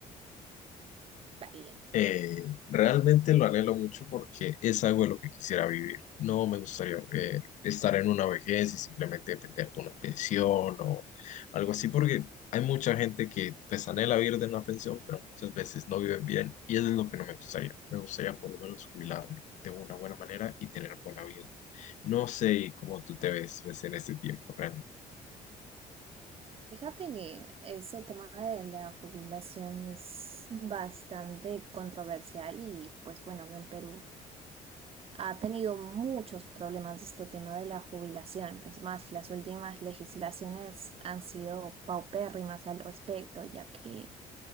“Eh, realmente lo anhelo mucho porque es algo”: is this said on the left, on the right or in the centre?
Left